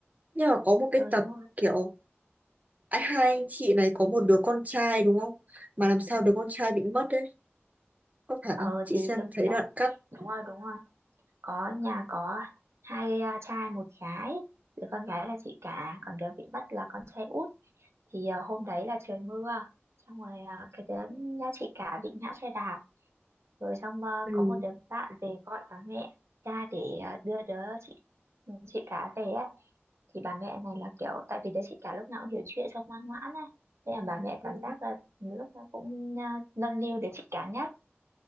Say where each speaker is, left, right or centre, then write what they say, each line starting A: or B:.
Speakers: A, on the right; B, on the right.
A: nhưng mà có một cái
B: ờ
A: tập
B: đúng rồi
A: kiểu à, hai anh chị này có một đứa con trai đúng không mà làm
B: ừ.
A: sao đứa con trai bị mất đấy có phải
B: ờ
A: không chị
B: thì
A: xem
B: thực
A: thấy
B: ra
A: đoạn cắt
B: đúng rồi đúng rồi có nhà có hai à, trai một gái đứa con gái là chị cả còn đứa bị mất là con trai út thì à, hôm đấy là trời mưa xong rồi à, cái đứa nhà chị cả bị ngã xe đạp rồi xong à,
A: ừ.
B: có một đứa bạn về gọi bà mẹ ra để à, đưa đứa chị chị cả về ấy. thì bà mẹ này là kiểu tại vì đứa chị cả lúc nào cũng hiểu chuyện xong ngoan ngoãn ấy nên là bà mẹ
A: Ừ.
B: cảm giác là lúc nào cũng à, nâng niu đứa chị cả nhất